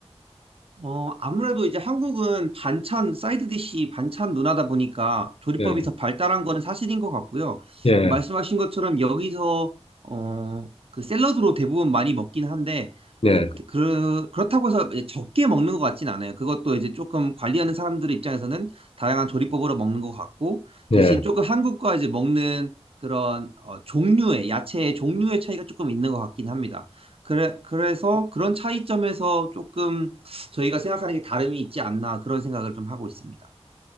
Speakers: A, on the right (about 60°); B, on the left (about 60°).
A: 어, 아무래도 이제 한국은 반찬, 사이드 디시 반찬 문화다 보니까 조리법이
B: 예,
A: 더 발달한 거는 사실인 것 같고요.
B: 예,
A: 어, 말씀하신 것처럼 여기서, 어, 그 샐러드로 대부분 많이 먹긴 한데,
B: 예,
A: 그, 그, 그렇다고 해서 이제 적게 먹는 것 같진 않아요. 그것도 이제 조금 관리하는 사람들의 입장에서는 다양한 조리법으로 먹는 것 같고,
B: 예.
A: 대신 조금 한국과 이제 먹는 그런 어, 종류의, 야채의 종류의 차이가 조금 있는 것 같긴 합니다. 그래, 그래서 그런 차이점에서 조금 저희가 생각하는 게 다름이 있지 않나 그런 생각을 좀 하고 있습니다.